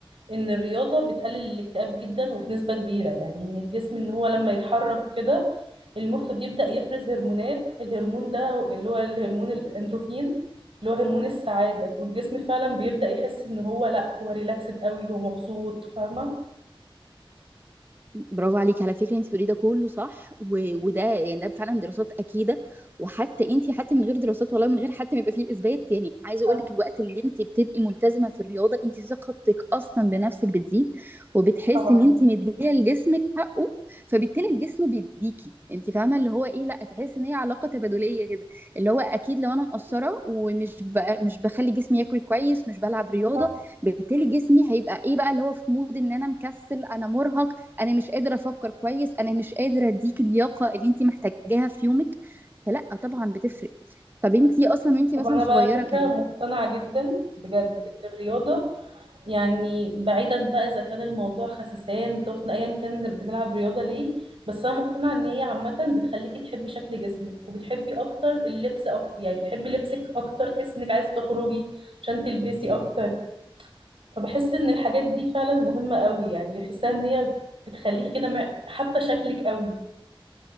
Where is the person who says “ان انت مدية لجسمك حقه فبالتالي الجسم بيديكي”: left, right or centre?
Right